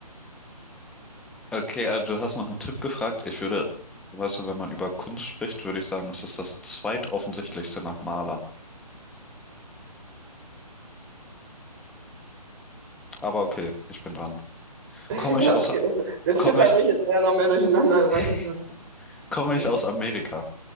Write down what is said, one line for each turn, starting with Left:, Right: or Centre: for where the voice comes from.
Centre: Okay, also du hast nach einem Tipp gefragt. Ich würde, weißt du, wenn man über Kunst spricht, würde ich sagen, es ist das zweitoffensichtlichste nach Maler. Aber okay, ich bin dran.
Right: <laughs>
Centre: Komme
Right: Ja,
Centre: ich aus,
Right: okay. Der Tipp
Centre: komme
Right: hat
Centre: ich,
Right: mich jetzt eher noch mehr durcheinander gebracht.
Centre: <laughs>
Right: Ich so, Ist so
Centre: komme
Right: blöd?
Centre: ich aus Amerika?